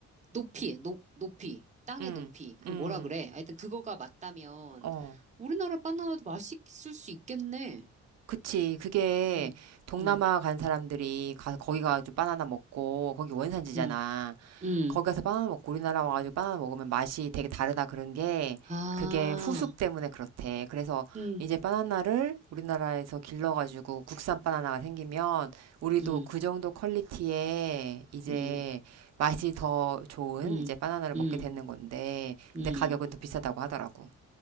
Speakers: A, on the right; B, on the right.
A: 높이, 높, 높이, 땅의
B: 응,
A: 높이. 그걸
B: 응,
A: 뭐라 그래? 하여튼 그거가 맞다면
B: 어.
A: 우리나라 바나나도 맛있을 수 있겠네.
B: 그치. 그게
A: 응,
B: 동남아
A: 응,
B: 간 사람들이 가, 거기 가가지고 바나나 먹고, 거기 원산지잖아.
A: 응, 응.
B: 거기 가서 바나나 먹고 우리나라 와가지고 바나나 먹으면 맛이 되게 다르다 그런 게,
A: 아,
B: 그게 후숙 때문에 그렇대. 그래서
A: 응,
B: 이제 바나나를 우리나라에서 길러가지고 국산 바나나가 생기면, 우리도
A: 응,
B: 그 정도 퀄리티에 이제
A: 응,
B: 맛이 더 좋은
A: 응,
B: 이제 바나나를 먹게
A: 응,
B: 되는 건데,
A: 응.
B: 근데 가격은 더 비싸다고 하더라고.